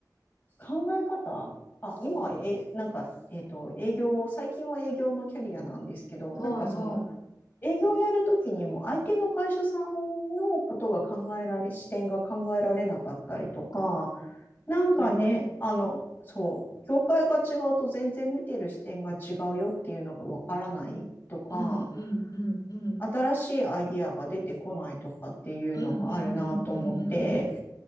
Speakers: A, on the left (about 25°); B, on the left (about 60°).
A: 考え方、あ、今、
B: うんうん
A: え、なんか、えっと、営業、最近は営業のキャリアなんですけど、
B: はい、
A: なんかその、
B: はい。
A: 営業をやるときにも相手の会社さんのことが考えられ、視点が考えられなかったりとか、
B: あ
A: なんかね、
B: あ、なるほど。
A: あの、そう、業界が違うと全然見てる視点が違うよっていうのがわからないとか、
B: うんうんうんうん
A: 新しいアイディアが出てこないとかっていうのがあるなと思って、
B: うんうんうんうんうんうん